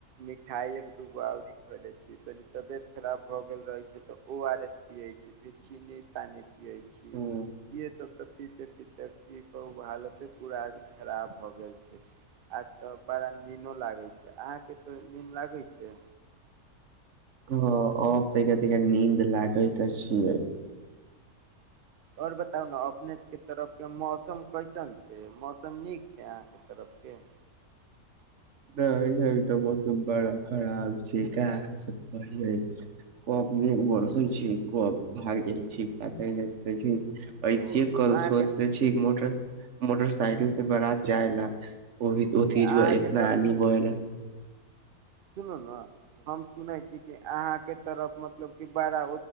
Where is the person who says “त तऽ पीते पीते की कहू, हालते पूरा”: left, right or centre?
Right